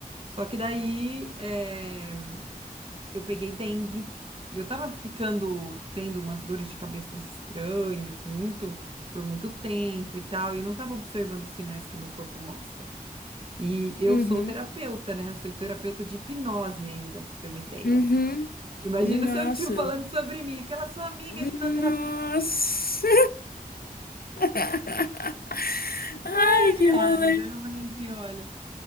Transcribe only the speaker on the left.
Uhum,
uhum.
Nossa,
nossa.
<laughs> Ai,
que
rolê.